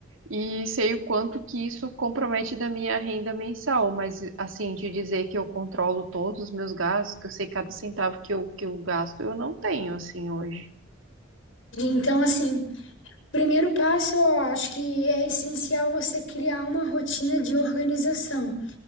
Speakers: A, on the right (about 75°); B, on the left (about 70°).
A: e sei o quanto que isso compromete da minha renda mensal. Mas, assim, de dizer que eu controlo todos os meus gastos, que eu sei cada centavo que eu, que eu gasto, eu não tenho, assim, hoje.
B: Então, assim, primeiro passo, eu acho que é essencial você criar uma rotina de organização.